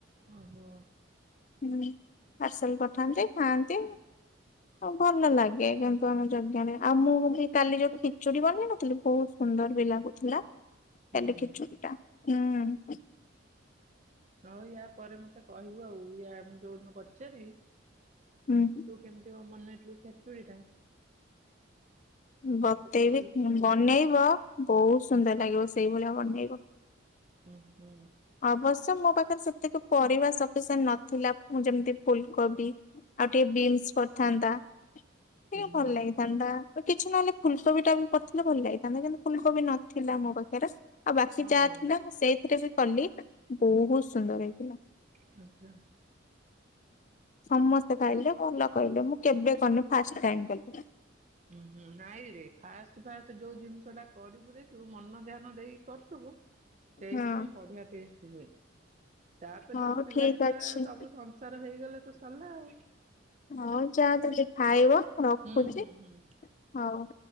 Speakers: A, on the right; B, on the left.
A: ଆ ହୋ।
B: ହୁ ପାର୍ସଲ ପଠାନ୍ତି ଖାଆନ୍ତି। ଭଲ ଲାଗେ କିନ୍ତୁ ଆମ ଯଜ୍ଞ ରେ ଆଉ ମୁଁ କି କାଲି ଯୋଉ ଖିଚୁଡି ବନେଇ ନଥିଲି ବହୁ ସୁନ୍ଦର ବି ଲାଗୁଥିଲା
A: ହୁଁ
B: କାଲି ଖିଚୁଡି
A: ହୁଁ।
B: ଟା ହୁଁ।
A: ହଉ ୟା ପରେ ମତେ କହିବୁ ଆଉ ୟା ମୁଁ ଯୋଉଦିନ ପଚାରିବି
B: ହୁଁ
A: ତୁ କେମିତି ଙ୍କ ମନେଇଥିଲୁ ଖେଚୁଡ଼ି ଟା?
B: ବତେଇବି
A: ମତେ କହିବୁ ଆଉ
B: ବନେଇବ ବହୁତ ସୁନ୍ଦର ଲାଗିବ ସେଇ ଭଳିଆ ବନେଇବ।
A: ଉଁ ହୁ।
B: ଅବଶ୍ୟ ମୋ ପାଖରେ ସେତିକି ପରିବା ସପିସେଣ୍ଟେ ନଥିଲା ଯେମିତି ଫୁଲକୋବି ଆଉ ଟିକିଏ ବିନ୍ସ ଥାନ୍ତା ଟିକେ ଭଲ
A: ହୁଁ
B: ଲାଗିଥାନ୍ତା। କିଛି ନହେଲେ ଫୁଲକୋବି ଟା ବି ପଡିଥିଲେ ଭଲ ଲାଗିଥାନ୍ତା କିନ୍ତୁ ଫୁଲକୋବି ନଥିଲା ମୋ ପାଖେରେ। ଆଉ ବାକି
A: ହଁ
B: ଯାହା ଥିଲା ମୁଁ ସେଇଥିରେ ବି କଲି ବହୁତ ସୁନ୍ଦର ହେଇଥିଲା।
A: ଆଛା ଆଛା।
B: ସମସ୍ତେ ଖାଇଲେ ଭଲ କହିଲେ ମୁଁ କେବେ କରିନି ଫାଷ୍ଟ ଟାଇମ୍ କଲି।
A: ଉ ହୁଁ ନାଇଁ ରେ ଫାଷ୍ଟ ତୁ ଫାରଷ୍ଟ ଯୋଉ ଜିନିଷ ଟା କରିବୁ ଯେ ତୁ ମନ ଧ୍ୟାନ ଦେଇକି କରୁଥିବୁ ସେଇଥିପାଇଁ
B: ହଁ
A: ବଢିଆ ଟେଷ୍ଟ ହୁଏ। ତାପରେ
B: ହଉ
A: ଦେଖିବୁ ପିଲା
B: ଠିକ
A: ଛୁଆ
B: ଅଛି।
A: ସବୁ ସଂସାର ହେଇଗଲେ ତ ସରିଲା ଆଉ।
B: ହଁ ଯାହା ଦେଲେ ଖାଇବ ରଖୁଛି
A: ହୁଁ ହୁଁ ହୁଁ
B: ହଉ।